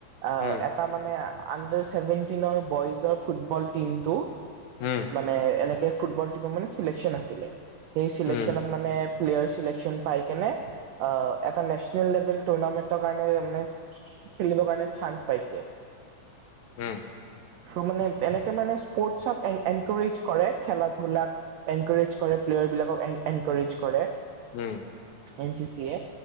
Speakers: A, on the right (about 85°); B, on the left (about 75°).
A: আ
B: উম
A: এটা মানে আণ্ডাৰ ছেভেনটিনৰ বইজৰ ফুটবল টিমটো
B: উম
A: মানে এনেকে ফুটবল টিমক মানে চিলেকচন আছিলে সেই চিলেকচনত
B: উম
A: মানে প্লেয়াৰ চিলেকচন পাই কেনে অ এটা নেশচনেল লেভেল টুৰ্ণামেন্টৰ কাৰণে মানে খেলিবৰ কাৰণে চান্স পাইছে।
B: উম
A: চ' মানে এনেকে মানে স্পৰ্টচক এন এনকৌৰিজ কৰে খেলা ধূলাক এনকৌৰেজ কৰে প্লেয়াৰ বিলাকক এন এনকৌৰেজ কৰে।
B: উম।
A: এন চি চি এ